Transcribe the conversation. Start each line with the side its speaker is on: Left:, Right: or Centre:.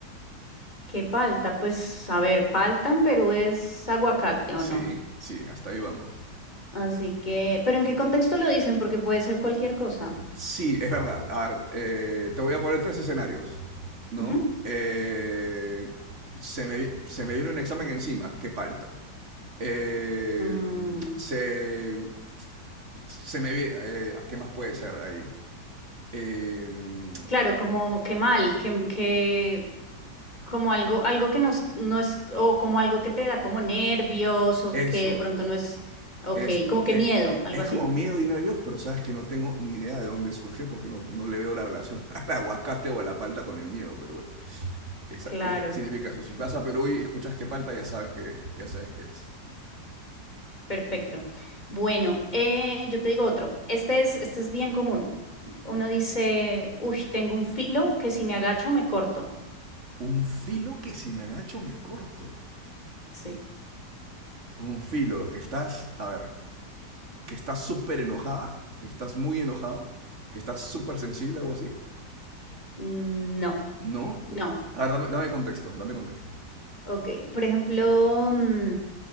Left: ¿Qué palta? Pues, a ver, palta en Perú es aguacate
Right: Sí,
Left: o no.
Right: sí, hasta ahí vamos.
Left: Así que, pero ¿en qué contexto lo dicen? Porque puede ser cualquier cosa.
Right: Sí, es verdad. A ver, eh, te voy a poner tres escenarios, ¿no?
Left: Ujú.
Right: Eh, se me, vi- se me viene un examen encima, que palta. Eh,
Left: Mm,
Right: se, se me viene... ¿qué más puede ser ahí? Eh,
Left: claro, como que mal, que, que como algo, algo que nos, no es, o como algo que te da como nervios, o
Right: eso,
Left: que de pronto no es, ok,
Right: es,
Left: como que
Right: es,
Left: miedo, algo
Right: es
Left: así.
Right: como miedo y nervios, pero sabes que no tengo ni idea de dónde surge porque no, no le veo la relación <laughs> al aguacate o a la palta con el miedo, pero bueno, esa,
Left: Claro,
Right: es- significa eso. Si vas a Perú y escuchas que palta, ya sabes que, ya sabes qué es.
Left: perfecto. Bueno, eh, yo te digo otro. Este es, este es bien común. Uno dice, uy, tengo un filo que si me agacho me corto.
Right: Un filo que si me agacho me corto.
Left: Sí.
Right: Un filo que estás, a ver, que estás súper enojada, que estás muy enojado, que estás súper sensible, algo así.
Left: Mm, No,
Right: No.
Left: no.
Right: A ver, dame, dame contexto, dame contexto.
Left: Ok, por ejemplo, mm,